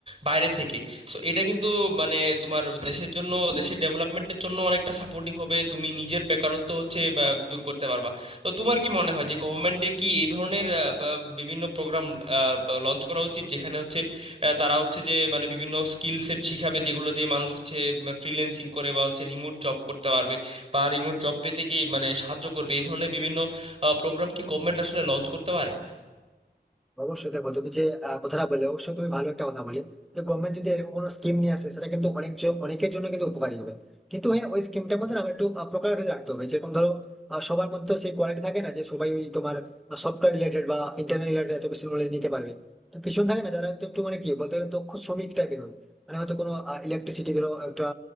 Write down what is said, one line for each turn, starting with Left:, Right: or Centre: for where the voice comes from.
Right: বাইরে থেকে সো এটা কিন্তু মানে তোমার দেশের জন্য দেশের ডেভেলপমেন্টের জন্য অনেকটা সাপোর্টিভ হবে তুমি নিজের বেকারত্ব হচ্ছে বা, দূর করতে পারবা তো তোমার কি মনে হয় যে গভর্নমেন্টের কি এই ধরনের আহ, বা- বিভিন্ন প্রোগ্রাম লঞ্চ করা উচিত যেখানে হচ্ছে আহ, তারা হচ্ছে যে মানে বিভিন্ন স্কিল সেট শিখাবে যেগুলো দিয়ে মানুষ হচ্ছে ফ্রিল্যান্সিং করে বা হচ্ছে রিমোট জব করতে পারবে বা রিমোট জব পেতে কি মানে সাহায্য করবে এই ধরনের বিভিন্ন প্রোগ্রাম কি গভর্নমেন্ট আসলে লঞ্চ করতে পারে
Centre: অবশ্যই দেখো তুমি যে আহ, কথাটা বলে অবশ্যই তুমি ভালো একটা কথা বলে যে গভর্নমেন্ট যদি এরকম কোনো স্কিম নিয়ে আসে সেটা কিন্তু অনেক জন- অনেকের জন্য কিন্তু উপকারী হবে কিন্তু হ্যাঁ ওই স্কিমটার মধ্যে না আমার একটু প্রকার ভেদ রাখতে হবে যেরকম ধরো আহ, সবার মধ্যে সেই কোয়ালিটি থাকে না যে সবাই ওই তোমার সফটওয়্যার রিলেটেড বা ইন্টারনেট রিলেটেড এত বেশি নলেজ নিতে পারবে তো কিছু থাকে না যারা একটু একটু মানে কি বলতে গেলে দক্ষ শ্রমিক টাইপের হয় মানে হয়তো কোনো ইলেকট্রিসিটি ধরো একটা